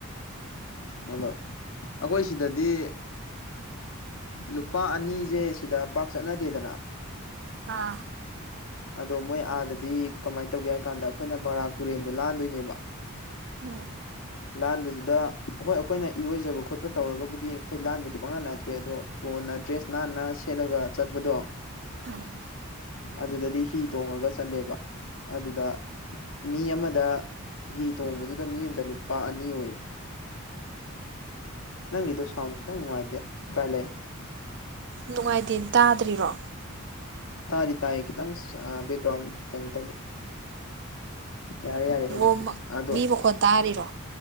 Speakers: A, on the left; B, on the right.
A: ꯑꯗꯣ ꯑꯩꯈꯣꯏ ꯁꯤꯗꯗꯤ ꯂꯨꯄꯥ ꯑꯅꯤꯁꯦ ꯁꯤꯗ ꯄꯥꯛ ꯆꯠꯅꯗꯦꯗꯅ
B: ꯑꯥ
A: ꯑꯗꯣ ꯃꯣꯏ ꯑꯥꯗꯗꯤ ꯀꯃꯥꯏꯅ ꯇꯧꯒꯦ ꯍꯥꯏ ꯀꯥꯟꯗ ꯑꯩꯈꯣꯏꯅ ꯕꯔꯥꯛ ꯇꯨꯔꯦꯟꯗꯣ ꯂꯥꯟꯗꯣꯏꯅꯦꯕ
B: ꯎꯝ
A: ꯂꯥꯟꯕꯗꯨꯗ ꯍꯣꯏ ꯑꯩꯈꯣꯏꯅ ꯏꯔꯣꯏꯖꯕ ꯈꯣꯠꯄ ꯇꯧꯔꯒꯕꯨꯗꯤ ꯑꯩꯈꯣꯏ ꯂꯥꯟꯕꯨꯗꯤ ꯄꯪꯌꯥꯟ ꯂꯥꯟꯊꯣꯛꯑꯦ ꯑꯗꯣ ꯀꯣꯟꯅ ꯗ꯭ꯔꯦꯁ ꯅꯥꯟꯅ ꯁꯦꯠꯂꯒ ꯆꯠꯄꯗꯣ
B: ꯎꯝ
A: ꯑꯗꯨꯗꯗꯤ ꯍꯤ ꯇꯣꯡꯉꯒ ꯆꯠꯂꯦꯕ ꯑꯗꯨꯗ ꯃꯤ ꯑꯃꯗ ꯍꯤ ꯇꯣꯡꯕꯗꯨꯗ ꯃꯤ ꯑꯃꯗ ꯂꯨꯞ ꯂꯄꯥ ꯑꯅꯤ ꯑꯣꯏꯌꯦ ꯅꯪꯒꯤꯗꯣ ꯁꯥꯎꯟꯗ ꯈꯤꯇꯪ ꯅꯨꯡꯉꯥꯏꯇꯦ ꯀꯥꯏ ꯂꯩ
B: ꯅꯨꯡꯉꯥꯏꯇꯦ ꯇꯥꯗ꯭ꯔꯤꯔꯣ
A: ꯇꯥꯗꯤ ꯇꯥꯏ ꯈꯤꯇꯪ ꯕꯦꯛꯒ꯭ꯔꯥꯎꯟ ꯀꯩꯅꯣ ꯇꯧꯕ ꯌꯥꯔꯦ ꯌꯥꯔꯦ ꯍꯧꯖꯤꯛꯇꯤ
B: ꯑꯣ
A: ꯑꯗꯣ
B: ꯃꯤ ꯃꯈꯣꯟ ꯇꯥꯔꯤꯔꯣ